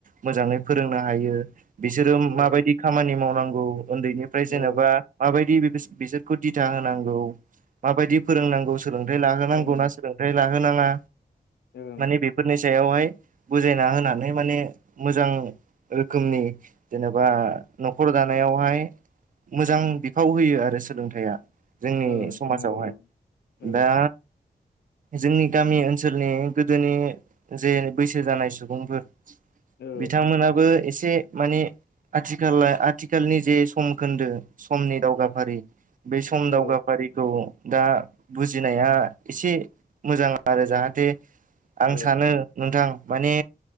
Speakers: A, on the right; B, on the left.
A: मोजाङै फोरोंनो हायो। बिसोरो
B: औ
A: माबायदि खामानि मावनांगौ उन्दैनिफ्राय जेनेबा
B: औ
A: माबायदि बिसोरखौ दिथा होनांगौ माबायदि फोरोंनांगौ सोलोंथाइ लाहोनांगौ
B: ओं
A: ना। ना‌ होनाङा
B: ओं
A: माने बे फोरनि सायावहाय बुजायना होनानै माने मोजां रोखोमनि जेनेबा न'खर दानायावहाय मोजां बिफाव होयो आरो सोलोंथाइया जोंनि
B: औ नोंथां
A: समाजावहाय
B: औ औ
A: दा जोंनि गामि ओनसोलनि गोदोनि जे बैसो जानाय सुबुंफोर
B: औ
A: बिथांमोनाबो एसे माने आथिखला आथिखालनि जे सम खोन्दो समनि दावगाफारि बे सम दावगाफारिखौ
B: औ
A: दा बुजिनाया एसे मोजां आरो जाहाथे आं
B: औ
A: सानो नोंथां माने